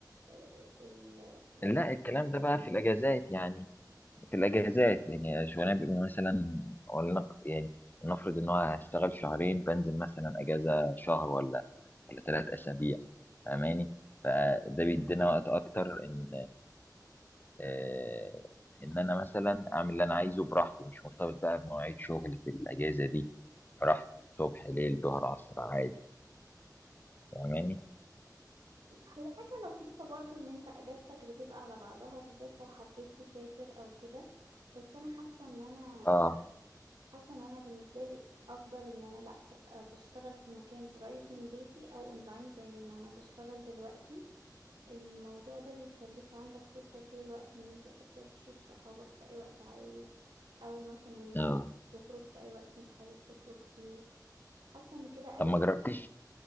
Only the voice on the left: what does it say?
لا الكلام ده بقى في الاجازات يعني في الاجازات يعني شغلانه بيبقى مثلا ولا يعني نفرض ان هو هشتغل شهرين بنزل مثلا اجازه شهر ولا ولا ثلاث اسابيع فاهماني فده بيدينا وقت اكتر ان آه، ان انا مثلا اعمل اللي انا عايزه براحتي مش مرتبط بقى بمواعيد شغل في الاجازه دي براحتي صبح ليل ظهر عصر عادي فاهماني
اه
اه
طب
ما جربتيش